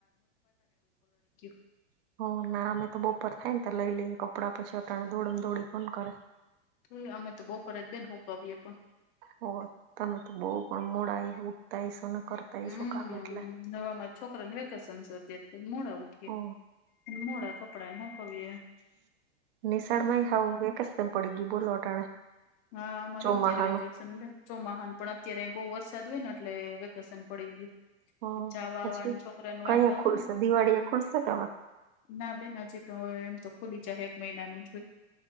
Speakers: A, on the left; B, on the right.
A: <unintelligible>
B: <unintelligible> કરે
A: પણ અમે તો <unintelligible>
B: હોય તમે તો <unintelligible>
A: હમ્મ
B: કામ એટલે
A: <unintelligible> અને
B: ઓ
A: મોડા કપડાને હુકવીએ
B: નિશળમાં હાવ વેકેશન પડી ગઈ બોલો અટાણે
A: હા મારોત્યારે
B: ચોમાહાનું
A: વેકેશન બેન. ચોમાહાન પણ અત્યારે અ બો વરસાદ હોય ને એટલે વેકેશન પડી ગયું.
B: હ
A: જાવા
B: પછી
A: આવાનો છોકરાને
B: કઈ
A: વાંધો આવે
B: ખુલશે
A: ને
B: દિવાળી એ ખુલશે કે હવે
A: ના બેન <unintelligible> એમ તો ખુલી જાહે એક મહિનાનું જોય.